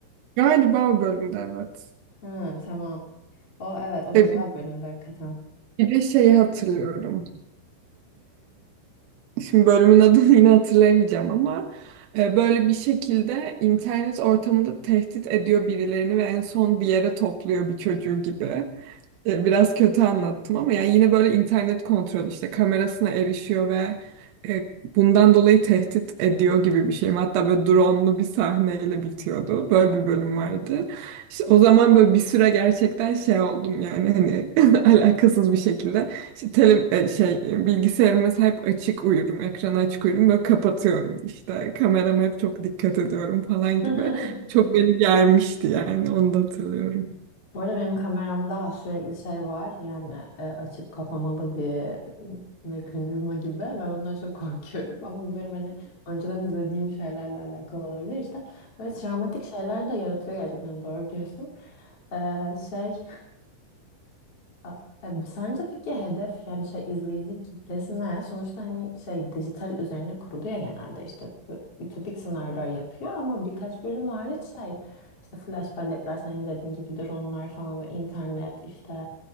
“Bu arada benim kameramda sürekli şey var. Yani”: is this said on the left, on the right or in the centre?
Left